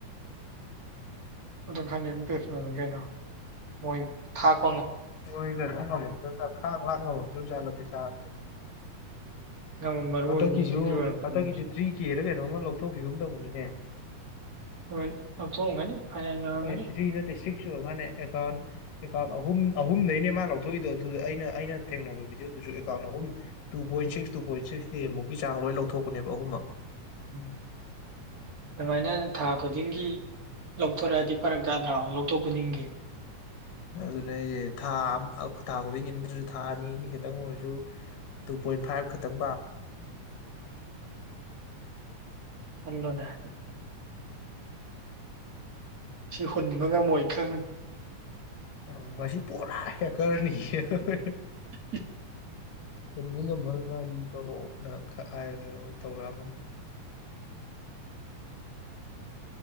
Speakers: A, on the right; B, on the left.
A: <unintelligible>
B: ꯍꯣꯏ ꯀꯩꯅꯣ ꯉꯝꯃꯛꯇꯗꯅ ꯈꯥꯡ ꯂꯥꯛ ꯉꯝꯃꯛꯇꯔ꯭ꯖꯥꯠꯂ ꯄꯩꯁꯥꯁꯦ
A: ꯉꯝꯃꯝꯃꯔꯣꯏ
B: ꯍꯟꯗꯛꯀꯤꯁꯨ
A: ꯃꯤꯗꯨꯒꯤ ꯑꯣꯏꯔꯝꯒꯅꯤ
B: ꯊ꯭ꯔꯤ ꯀꯦꯔ ꯀꯩꯅꯣ ꯀꯩꯅꯣꯝꯅ ꯂꯧꯊꯣꯛꯈꯤꯒꯨꯝ ꯇꯧꯕꯅꯤꯅꯦ
A: ꯍꯣꯏ ꯂꯧꯊꯣꯛꯑꯝꯒꯅꯤ ꯐꯅꯌꯥꯝ ꯌꯝꯃꯝꯒꯅꯤ
B: ꯑꯦ ꯊ꯭ꯔꯤ ꯅꯠꯇꯦ ꯁꯤꯛꯁ ꯑꯣꯏꯔ ꯃꯥꯅꯦ ꯑꯦꯀꯥꯎꯟ ꯑꯍꯨꯝ ꯑꯍꯨꯝꯗꯩꯅꯦ ꯃꯥ ꯂꯧꯊꯣꯛꯏꯗꯣ ꯑꯗꯨꯗ ꯑꯩꯅ ꯑꯩꯅ ꯊꯦꯡꯅꯕ ꯕꯤꯗꯤꯑꯣꯗꯨꯁꯨ ꯑꯦꯀꯥꯎꯟ ꯑꯍꯨꯝ two point six two point six six ꯀꯦ ꯃꯨꯛꯀꯤ ꯆꯥꯡ ꯂꯣꯏ ꯂꯧꯊꯣꯛꯄꯅꯦꯕ ꯑꯍꯨꯝꯃꯛ
A: ꯎꯝ ꯑꯗꯨꯃꯥꯏꯅ ꯊꯥ ꯈꯨꯗꯤꯡꯒꯤ ꯂꯧꯊꯣꯔꯛꯑꯗꯤ ꯐꯔꯛ ꯇꯗ꯭ꯔꯣ ꯂꯧꯊꯣꯛ ꯈꯨꯗꯤꯡꯒꯤ
B: ꯑꯗꯨꯅꯦ ꯍꯥꯏꯁꯦ ꯊꯥ ꯊꯥ ꯈꯨꯗꯤꯡꯒꯤ ꯅꯠꯇ꯭ꯔꯁꯨ ꯊꯥ ꯑꯅꯤ ꯑꯅꯤ ꯈꯇꯪ ꯑꯣꯏꯔꯁꯨ ꯇꯨ ꯄꯣꯏꯟ ꯐꯥꯏꯚ ꯈꯇꯪ
A: ꯈꯜꯂꯣꯅꯦ ꯁꯤ ꯍꯨꯟꯕ ꯉꯝꯃꯣꯏꯗ꯭ꯔ
B: ꯑ ꯃꯁꯤ ꯄꯨꯔꯥ ꯍꯦꯀꯔꯅꯤ ꯍꯦ ꯍꯥ ꯍꯥ
A: <inaudible>
B: ꯍꯨꯟꯕ ꯉꯝꯃꯔꯣꯏ ꯃꯥꯒꯤ ꯇꯣꯂꯣꯞꯅ ꯈꯛ ꯍꯥꯏꯔꯒ ꯇꯧꯔꯛꯑꯃꯅꯤ